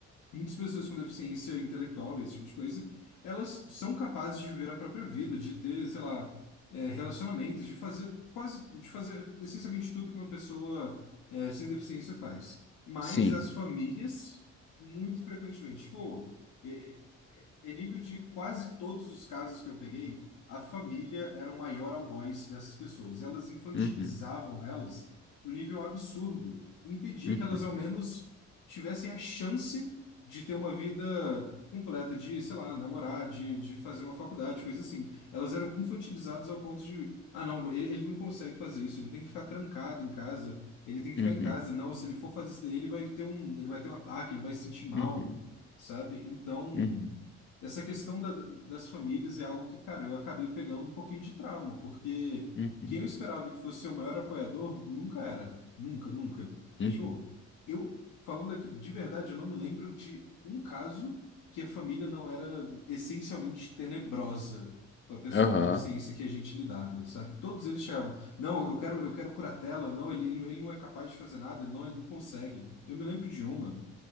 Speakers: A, on the left; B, on the left.
A: muitas pessoas com deficiência intelectual, esse tipo de coisa, elas são capazes de viver a própria vida, de ter, sei lá, é, relacionamentos, de fazer quase, de fazer essencialmente tudo que uma pessoa é, sem deficiência faz. Mas
B: Sim.
A: as famílias, muito frequentemente, tipo, é, é é nível de quase todos os casos que eu peguei, a família era o maior algoz dessas pessoas. Elas infantilizavam
B: Uhum.
A: elas no nível absurdo, impedir
B: Uhum.
A: que elas ao menos tivessem a chance de ter uma vida completa, de, sei lá, namorar, de, de fazer uma faculdade, coisa assim. Elas eram infantilizadas ao ponto de, ah, não, ele, ele não consegue fazer isso, ele tem que ficar trancado em casa, ele tem que ficar
B: Uhum.
A: em casa. Não, se ele for fazer isso daí, ele vai ter um, ele vai ter um ataque, ele vai se sentir mal,
B: Uhum.
A: sabe? Então,
B: Uhum.
A: essa questão da- das famílias é algo que, cara, eu acabei pegando um pouquinho de trauma, porque
B: Uhum.
A: quem eu esperava que fosse ser o maior apoiador nunca era. Nunca, nunca.
B: Uhum.
A: É, tipo, eu, falando aqui, de verdade, eu não me lembro de um caso que a família não era essencialmente tenebrosa com a pessoa
B: Aham.
A: com deficiência que a gente lidava, sabe? Todos eles chamam, não, eu quero, eu quero curatela, não, ele, ele ele não é capaz de fazer nada, ele não, ele não consegue. Eu me lembro de uma,